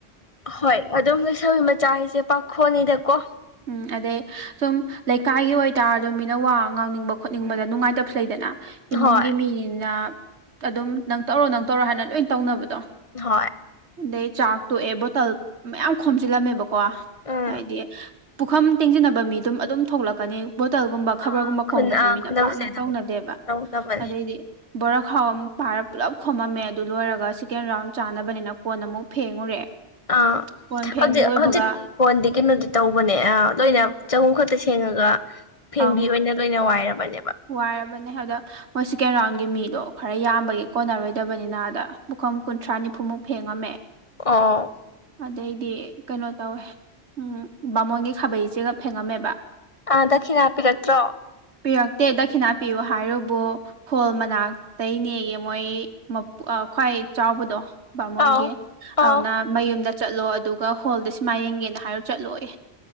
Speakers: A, on the left; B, on the right.
A: ꯍꯣꯏ ꯑꯗꯨꯝ ꯂꯩꯩꯁꯧꯕꯤ ꯃꯆꯥ ꯍꯥꯏꯁꯦ ꯄꯥꯈꯣꯅꯤꯗꯀꯣ
B: ꯎꯝ ꯑꯗꯩ ꯁꯨꯝ ꯂꯩꯀꯥꯏꯒꯤ ꯑꯣꯏꯇꯥꯔꯁꯨ ꯃꯤꯅ ꯋꯥ ꯉꯥꯡꯅꯤꯡꯕ ꯈꯣꯠꯅꯤꯡꯕꯗ ꯅꯨꯡꯉꯥꯏꯇꯕꯁꯨ ꯂꯩꯗꯅ ꯏꯃꯨꯡꯒꯤ
A: ꯍꯣꯏ
B: ꯃꯤꯅꯤꯅ ꯑꯗꯨꯝ ꯅꯪ ꯇꯧꯔꯣ ꯅꯪ ꯇꯧꯔꯣ ꯍꯥꯏꯅ ꯂꯣꯏ ꯇꯧꯅꯕꯗꯣ
A: ꯍꯣꯏ
B: ꯑꯗꯩ ꯆꯥꯛ ꯇꯣꯛꯑꯦ ꯕꯣꯇꯜ ꯃꯌꯥꯝ ꯈꯣꯝꯖꯤꯜꯂꯝꯃꯦꯕꯀꯣ
A: ꯎꯝ
B: ꯍꯥꯏꯗꯤ ꯄꯨꯈꯝ ꯇꯦꯡꯁꯤꯟꯅꯕ ꯃꯤꯗꯨꯝ ꯑꯗꯨꯝ ꯊꯣꯛꯂꯛꯀꯅꯤ ꯕꯣꯇꯜꯒꯨꯝꯕ ꯈꯕꯔꯒꯨꯝꯕ
A: ꯑꯥ ꯈꯨꯟ
B: ꯈꯣꯕꯁꯤꯗꯤ
A: ꯑꯥ
B: ꯃꯤꯅ
A: ꯈꯨꯟꯅꯕꯁꯦ
B: ꯄꯥꯛꯅ
A: ꯑꯗꯨꯝ
B: ꯇꯧꯅꯗꯦꯕ
A: ꯇꯧꯗꯕꯅꯦ
B: ꯑꯗꯩꯗꯤ ꯕꯣꯔꯥ ꯈꯥꯎ ꯑꯃꯨꯛ ꯄꯥꯏꯔ ꯄꯨꯂꯞ ꯈꯣꯝꯃꯝꯃꯦ ꯑꯗꯨ ꯂꯣꯏꯔꯒ ꯁꯦꯀꯦꯟ ꯔꯥꯎꯟ ꯆꯥꯅꯕꯅꯤꯅ ꯀꯣꯟ ꯑꯃꯨꯛ ꯐꯦꯡꯉꯨꯔꯦ
A: ꯑꯥ
B: ꯀꯣꯟ ꯐꯦꯡ
A: ꯍꯧꯖꯤꯛ
B: ꯂꯣꯏꯕꯒ
A: ꯍꯧꯖꯤꯛꯇꯤ ꯀꯣꯟꯗꯤ ꯀꯩꯅꯣꯗꯤ ꯇꯧꯕꯅꯦ ꯂꯣꯏꯅ ꯆꯍꯨꯝ ꯈꯛꯇ ꯁꯦꯡꯉꯒ ꯐꯦꯡꯕꯤ
B: ꯑꯪ
A: ꯑꯣꯏꯅ ꯂꯣꯏꯅ ꯋꯥꯏꯔꯕꯅꯦꯕ
B: ꯋꯥꯔꯕꯅꯦ ꯑꯗꯨꯗ ꯃꯣꯏ ꯁꯦꯀꯦꯟ ꯔꯥꯎꯟꯒꯤ ꯃꯤꯗꯣ ꯈꯔ ꯌꯥꯝꯕꯒꯤ ꯀꯣꯟꯅꯔꯣꯏꯗꯕꯅꯤꯅ ꯑꯗ ꯃꯐꯝ ꯀꯨꯟꯊ꯭ꯔꯥ ꯅꯤꯐꯨꯃꯨꯛ ꯐꯦꯡꯉꯝꯃꯦ
A: ꯑꯣ
B: ꯑꯗꯩꯗꯤ ꯀꯩꯅꯣ ꯇꯧꯋꯦ ꯎ ꯕꯥꯃꯣꯟꯒꯤ ꯈꯥꯕꯩꯆꯦꯒꯝ ꯐꯦꯡꯉꯝꯃꯦꯕ
A: ꯑ ꯗꯈꯤ ꯍꯥꯞꯄꯤꯔꯠꯇ꯭ꯔꯣ
B: ꯄꯤꯔꯛꯇꯦ ꯗꯈꯤꯅꯥ ꯄꯤꯌꯨ ꯍꯥꯏꯔꯨꯕꯨ ꯍꯣꯜ ꯃꯅꯥꯛꯇꯅꯦꯌꯦ ꯃꯣꯏ ꯈ꯭ꯋꯥꯏ ꯆꯥꯎꯕꯗꯣ ꯕꯥꯃꯣꯟꯒꯤ
A: ꯑꯥꯎ
B: ꯑꯗꯨꯅ
A: ꯑꯥꯎ
B: ꯃꯌꯨꯝꯗ ꯆꯠꯂꯣ ꯑꯗꯨꯒ ꯍꯣꯜꯗ ꯁꯤꯃꯥꯏ ꯌꯦꯡꯒꯦꯅ ꯍꯥꯏꯔꯣ ꯆꯠꯂꯣꯑ